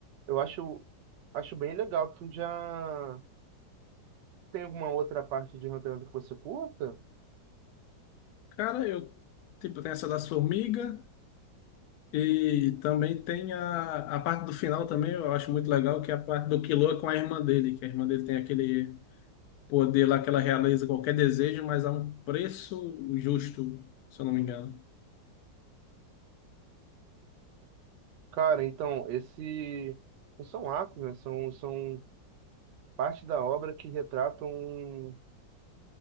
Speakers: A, on the right; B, on the left.
A: eu acho, acho bem legal. Tu já tem alguma outra parte de Hunter x Hunter que você curta?
B: Cara, eu, tipo, tem essa das formigas e também tem a, a parte do final também, eu acho muito legal, que é a parte do Killua com a irmã dele, que a irmã dele tem aquele poder lá que ela realiza qualquer desejo, mas a um preço justo, se eu não me engano.
A: Cara, então, esse não são arcos, né? São, são parte da obra que retratam